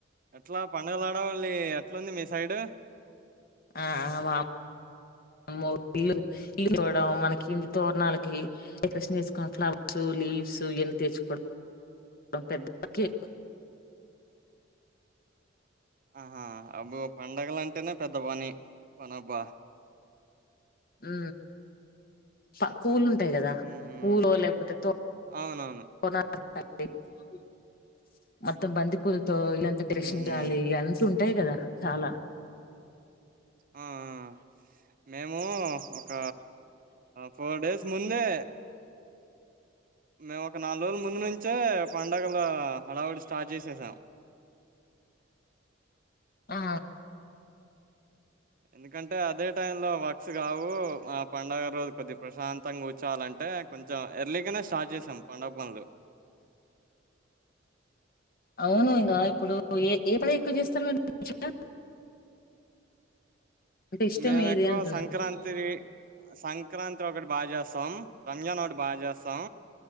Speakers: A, on the right (about 45°); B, on the left (about 50°).
A: ఎట్లా పండగల హడావుల్లీ ఎట్లాంది మీ సైడ్
B: ఆ ఆ వామ్మో ఇల్లు తోడువడం మనకి ఇంటి తోరణాలకి డెకరేషన్ చేసుకు ఫ్లవర్స్ లీవ్స్ ఇవన్నీ తెచ్చుకోవడం పెద్దకి
A: ఆహా అబో పండగలు అంటేనే పెద్ద పని పని అబ్బ
B: ఉ పా పూలు ఉంటాయి కదా
A: మ్మ్
B: పూలు లేకపోతే తో
A: అవునవును
B: రణాలు <unintelligible> మొత్తం బంతిపూలతో తో ఇల్లంతా డెకరేషన్
A: మ్మ్
B: చేయాలి ఉంటాయి కదా చాలా
A: ఆ అ మేము ఒక ఫోర్ డేస్ ముందే మేము ఒక నాలుగు రోజుల ముందు నుంచే పండగల హడావుడి స్టార్ట్ చేసేసాం
B: ఆ
A: ఎందుకంటే అదే టైంలో వర్క్స్ కావు, ఆ పండుగ రోజు కొద్ది ప్రశాంతంగా కూర్చోలంటే, కొంచెం ఎర్లీగానే స్టార్ట్ చేసాం పండుగ పనులు.
B: అవును ఇంకా ఇప్పుడు ఏ ఏ పని ఎక్కువ చేస్తారు మీరు అంటే ఇష్టం
A: మేము
B: ఏది
A: ఎక్కువ
B: అంటున్నా
A: సంక్రాంతి సం సంక్రాంతి ఒకటి బాగా చేస్తాం రంజాన్ఒకటి బాగా చేస్తాం